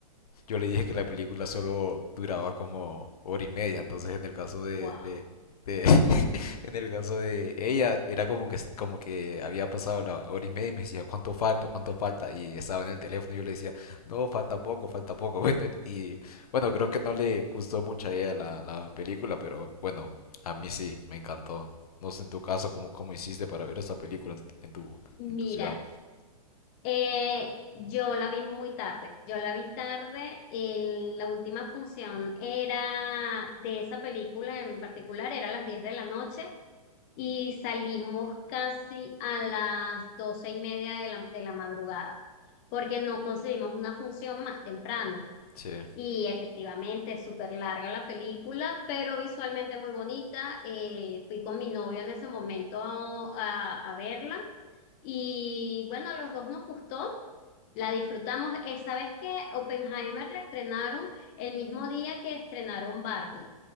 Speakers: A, on the left; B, on the left.
A: yo le dije que la película solo duraba como hora y media, entonces en el caso de,
B: Wow.
A: de, de- <laughs> en el caso de ella era como que como que había pasado la hora y media y me decía cuánto falta, cuánto falta y estaba en el teléfono y yo le decía no falta poco, falta poco, <laughs> bueno y bueno creo que no le gustó mucho a ella la, la película, pero bueno a mí sí me encantó. No sé en tu caso cómo, cómo hiciste para ver esa película en, en tu
B: Mira,
A: en tu ciudad.
B: Eh, yo la vi muy tarde, yo la vi tarde, el- la última función era de esa película en particular, era a las 10 de la noche y salimos casi a las doce y media de la, de la madrugada, porque no conseguimos una función más temprano.
A: Sí,
B: Y efectivamente es súper larga la película, pero visualmente muy bonita. Eh, fui con mi novio en ese momento a a- a verla y bueno, a los dos nos gustó. La disfrutamos. Eh, ¿sabes qué? Oppenheimer la estrenaron el mismo día que estrenaron Barbie.